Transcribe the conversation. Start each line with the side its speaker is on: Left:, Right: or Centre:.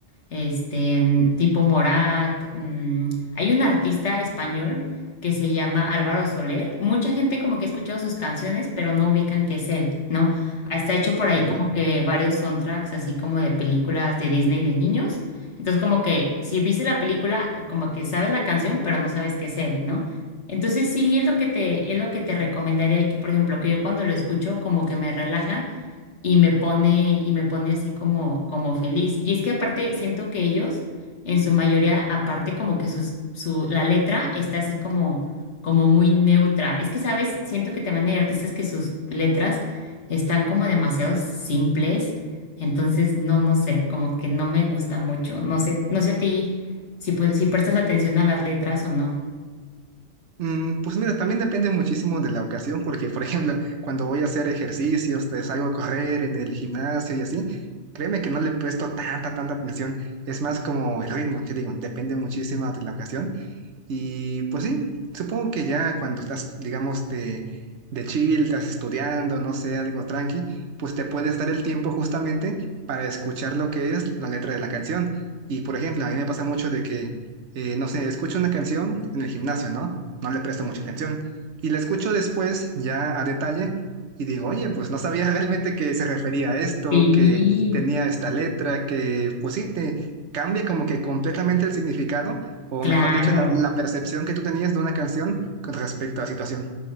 Left: este, mm, tipo Morat. mm, Hay un artista español que se llama Álvaro Soler. Mucha gente como que ha escuchado sus canciones, pero no ubican que es él, ¿no? Hasta ha hecho por
Right: ¿no?
Left: ahí como que varios soundtracks, así como de películas de Disney de niños. Entonces como que si viste la película, como que sabes la canción, pero no sabes que es él, ¿no? Entonces sí, es lo que te, es lo que te recomendaría y que, por ejemplo, que yo cuando lo escucho como que me relaja y me pone, y me pone así como, como feliz. Y es que aparte siento que ellos, en su mayoría, aparte como que sus, su, la letra está así como, como muy neutra. Es que, ¿sabes? Siento que también hay artistas que sus letras están como demasiado simples. Entonces, no, no sé, como que no me gusta mucho. No sé, no sé a ti si, pues, si prestas atención a las letras o no.
Right: Mm, Pues mira, también depende muchísimo de la ocasión, porque por ejemplo, cuando voy a hacer ejercicios, te salgo a correr en el gimnasio y así, créeme que no le presto tanta, tanta atención, es más como el ritmo, te digo, depende muchísimo de la ocasión, y pues sí, supongo que ya cuando estás, digamos, de, de chill, estás estudiando, no sé, algo tranqui, pues te puedes dar el tiempo justamente para escuchar lo que es la letra de la canción. Y por ejemplo, a mí me pasa mucho de que, eh, no sé, escucho una canción en el gimnasio, ¿no? No le presto mucha atención. Y la escucho después, ya a detalle, y digo, oye, pues no sabía <laughs> realmente que se refería a esto,
Left: Sí,
Right: que tenía esta letra, que pues sí, te cambia como que completamente el significado o
Left: claro.
Right: mejor dicho, la, la percepción que tú tenías de una canción con respecto a la situación.